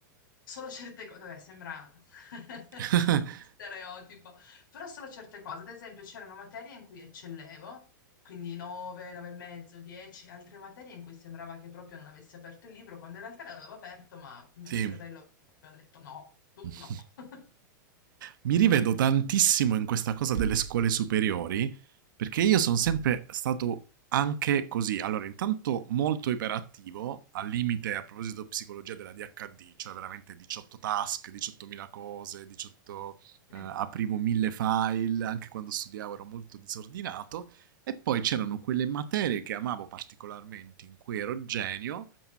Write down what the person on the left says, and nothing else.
solo certe cose, vabbè, sembra <laughs>
uno stereotipo, però solo certe cose, ad esempio c'erano materie in cui eccellevo, quindi 9, 9 e mezzo, 10, altre materie in cui sembrava che proprio non avessi aperto il libro, quando in realtà l'avevo aperto, ma il mio
cervello proprio ha detto no, tu
no. <laughs>
Sì.